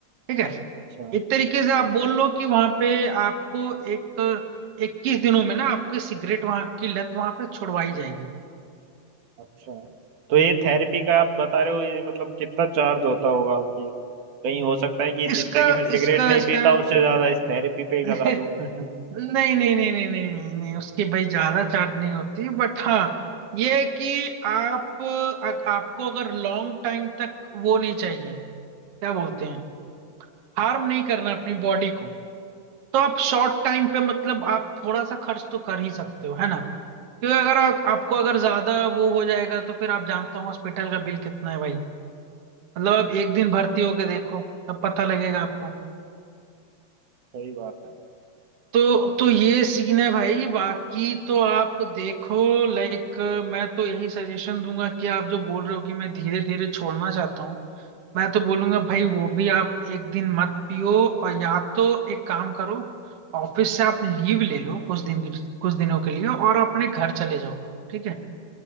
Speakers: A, on the right; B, on the right.
A: ठीक है
B: अच्छा
A: एक तरीके से आप बोल लो कि वहां पे आपको एक इक्कीस दिनों में ना आपकी सिगरेट वहां की लत वहां पे छुड़वाई जाएगी
B: अच्छा तो ये थेरेपी का आप बता रहे हो ये मतलब कितना चार्ज होता होगा आपके कहीं हो सकता है कि
A: इसका
B: जितना कि मैं सिगरेट
A: इसका
B: नहीं
A: इसका
B: पीता उससे ज्यादा इस थेरेपी पे ही
A: <laughs>
B: लगा दूं <laughs>
A: नहीं नहीं नहीं नहीं नहीं नहीं नहीं उसकी भाई ज्यादा चार्ज नहीं होती बट हाँ ये है कि आप अग, आपको अगर लॉन्ग टाइम तक वो नहीं चाहिए क्या बोलते हैं हार्म नहीं करना अपनी बॉडी को तो आप शॉर्ट टाइम पे मतलब आप थोड़ा सा खर्च तो कर ही सकते हो है ना क्योंकि अगर आ, आपको अगर ज्यादा वो हो जाएगा तो फिर आप जानते हो हॉस्पिटल का बिल कितना है भाई मतलब आप एक दिन भर्ती होके देखो तब पता लगेगा आपको
B: सही बात है
A: तो तो ये सीन है भाई बाकी तो आप देखो लाइक मैं तो यही सजेशन दूंगा कि आप जो बोल रहे हो कि मैं धीरे धीरे छोड़ना चाहता हूँ मैं तो बोलूंगा भाई वो भी आप एक दिन मत पियो और या तो एक काम करो ऑफिस से आप लीव ले लो कुछ दिन कुछ दिनों के लिए और अपने घर चले जाओ ठीक है